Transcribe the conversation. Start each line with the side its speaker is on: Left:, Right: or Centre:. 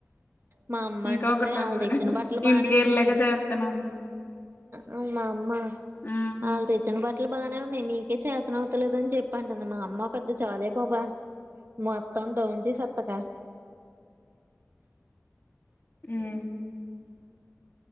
Right: మా అమ్మ
Left: ఇంకా
Right: అంటది
Left: ఒకటి
Right: వాళ్ళ
Left: ఉంది
Right: తెచ్చిన బట్టలు బానే
Left: ఇంటికి వెళ్ళాక
Right: ఉన్నాయి
Left: చేస్తానండి
Right: హు మా అమ్మా
Left: ఉమ్.
Right: ఆల్ తెచ్చనా బట లూ బానే ఉన్నాయి నీకే చేతన అవుతలేదని చెప్పంటుంది మా అమ్మ ఒక్కది చాలే బాబా మొత్తం డౌన్లోడ్ చేసేతక <unintelligible>
Left: ఉమ్.